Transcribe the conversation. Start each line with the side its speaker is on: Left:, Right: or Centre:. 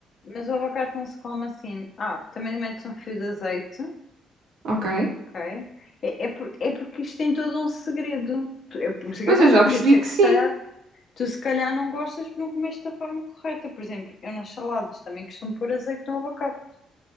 Left: mas o abacate não se come assim. Ah, também metes um fio de azeite,
Right: Ok.
Left: ok? É, é, por- é porque isto tem todo um segredo. Tu- É por isso que
Right: Pois
Left: eu volto
Right: eu já
Left: a repetir,
Right: percebi
Left: por isso
Right: que
Left: é que
Right: sim.
Left: se calhar. Tu se calhar não gostas porque não comeste da forma correta. Por exemplo, eu nas saladas também costumo pôr azeite no abacate.